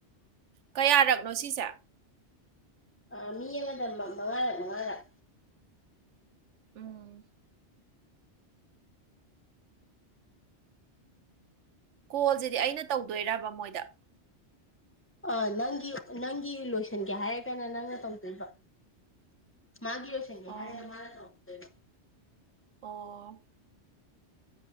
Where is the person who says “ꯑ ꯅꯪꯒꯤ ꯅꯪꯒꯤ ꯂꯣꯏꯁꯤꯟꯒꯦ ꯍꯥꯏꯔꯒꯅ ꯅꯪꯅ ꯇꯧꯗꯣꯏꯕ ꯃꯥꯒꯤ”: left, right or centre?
Left